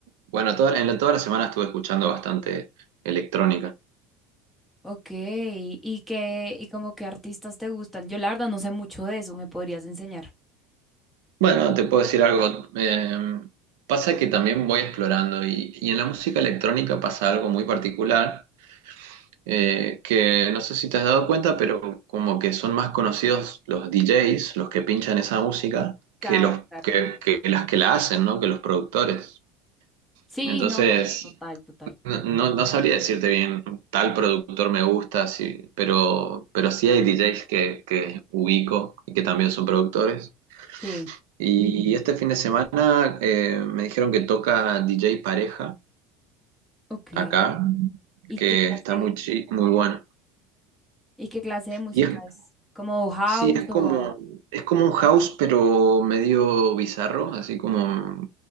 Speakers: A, on the right (about 80°); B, in the centre.
A: Bueno, toda, en la- toda la semana estuve escuchando bastante electrónica.
B: Ok, ¿y qué, y como qué artistas te gustan? Yo la verdad no sé mucho de eso, ¿me podrías enseñar?
A: Bueno, te puedo decir algo. eh, pasa que también voy explorando y, y en la música electrónica pasa algo muy particular eh, que no sé si te has dado cuenta, pero como que son más conocidos los DJs, los que pinchan esa música,
B: Claro,
A: que los
B: claro.
A: que, que las que la hacen, ¿no? Que los productores.
B: Sí,
A: Entonces,
B: no, total, total.
A: no, no, no sabría decirte bien, tal productor me gusta, sí, pero, pero sí hay DJs que, que ubico y que también son productores.
B: Sí,
A: Y este fin de semana eh, me dijeron que toca DJ Pareja
B: ok.
A: acá,
B: ¿Y
A: que
B: qué clase,
A: está muy, chi- muy bueno.
B: y qué clase de música
A: Y es
B: es? ¿Como house
A: Sí, es
B: o...?
A: como, es como un house, pero medio bizarro, así como,